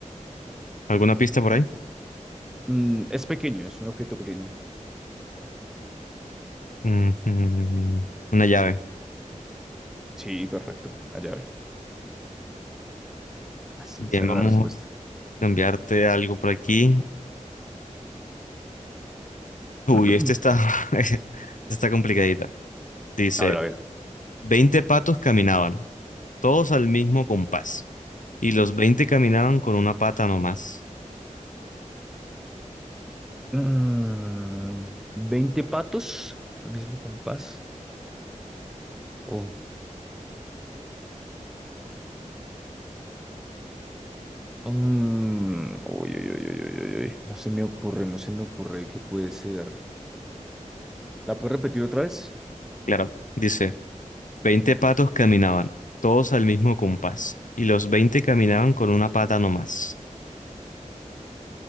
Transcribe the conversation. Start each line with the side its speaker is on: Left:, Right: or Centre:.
Left: ¿Alguna pista por ahí?
Centre: Mm, es pequeño, es un objeto pequeño.
Left: Ujú, <laughs> Una llave.
Centre: Sí, perfecto, la llave. Así,
Left: Bien,
Centre: esa era
Left: vamos
Centre: la respuesta.
Left: a cambiarte algo por aquí. Uy,
Centre: <clears throat>
Left: este está, <laughs> este está complicadita. Dice,
Centre: A ver, a ver.
Left: 20 patos caminaban, todos al mismo compás, y los 20 caminaban con una pata nomás.
Centre: Mm, 20 patos, al mismo compás. Oh, mm, uy, uy, uy, uy, uy, uy, uy, No se me ocurre, no se me ocurre qué puede ser. ¿La puedes repetir otra vez?
Left: Claro, dice, 20 patos caminaban, todos al mismo compás, y los 20 caminaban con una pata nomás.